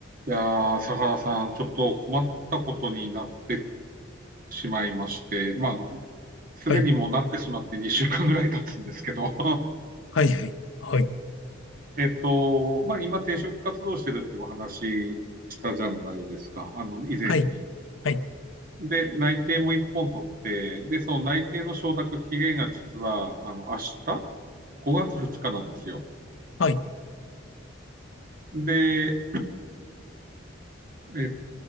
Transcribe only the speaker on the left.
はい、はい、はい、はい、
はい、はい、
はい、